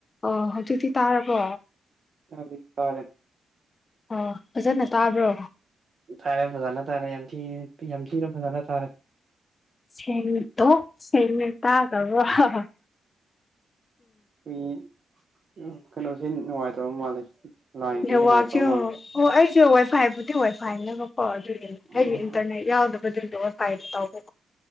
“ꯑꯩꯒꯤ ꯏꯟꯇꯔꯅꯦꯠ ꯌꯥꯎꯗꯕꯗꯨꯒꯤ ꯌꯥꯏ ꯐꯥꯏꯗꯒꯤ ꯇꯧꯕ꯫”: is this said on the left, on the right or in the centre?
Left